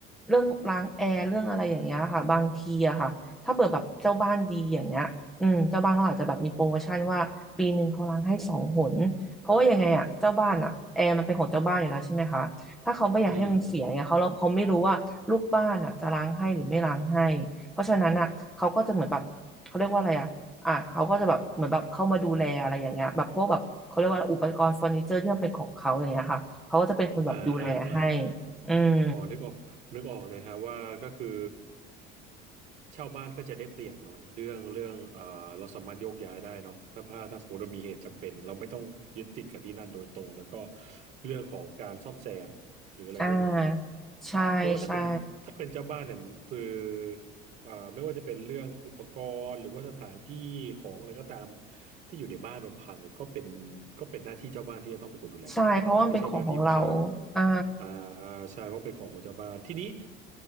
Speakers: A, in the centre; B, on the right.
A: เรื่องล้างแอร์เรื่องอะไรอย่างเงี้ยค่ะบางทีอะค่ะ ถ้าเปิดแบบเจ้าบ้านดีอย่างเงี้ยอืมเจ้าบ้านเขาอาจจะแบบมีโปรโมชั่นว่าปีหนึ่งเขาล้างให้สองหนเพราะว่ายังไงอ่ะเจ้าบ้านอ่ะแอร์มันเป็นของเจ้าบ้านอยู่แล้วใช่ไหมคะถ้าเขาไม่อยากให้มันเสียเนี่ยเขาเราเขาไม่รู้ว่าลูกบ้านอ่ะจะล้างให้หรือไม่ล้างให้เพราะฉะนั้นอ่ะเขาก็จะเหมือนแบบเขาเรียกว่าอะไรอ่ะอ่ะเขาก็จะแบบเหมือนแบบเข้ามาดูแลอะไรอย่างเงี้ยแบบพวกแบบเขาเรียกว่าอะไรอุปกรณ์เฟอร์นิเจอร์ที่มันเป็นของเขาอย่างเงี้ยค่ะเขาก็จะเป็นคนแบบดูแลให้
B: อืมอ่าอ่าอ่า
A: อืม
B: อ๋อนึกออกนึกออกเลยฮะว่าก็คือเช่าบ้านก็จะได้เปรียบหน่อย เรื่องเรื่องเอ่อเราสามารถโยกย้ายได้เนาะถ้าถ้าถ้าสมมติเรามีเหตุจำเป็นเราไม่ต้องยึดติดกับที่นั่นโดยตรงแล้วก็เรื่องของการซ่อมแซมหรืออะไรพวกนี้
A: อ่าใช่ใช่
B: เพราะว่าถ้าเป็นถ้าเป็นเจ้าบ้านเนี่ยมันคือเอ่อไม่ว่าจะเป็นเรื่องอุปกรณ์หรือว่าสถานที่ของอะไรก็ตามที่อยู่ในบ้านมันพังก็เป็นก็เป็นหน้าที่เจ้าบ้านที่จะต้องเป็นคนดูแล
A: ใช่ เพราะว่ามันเป็นของของเรา
B: ไม่ใช่หน้าที่ผู้เช่า
A: อ่า
B: อ่าใช่เพราะเป็นของของเจ้าบ้านทีนี้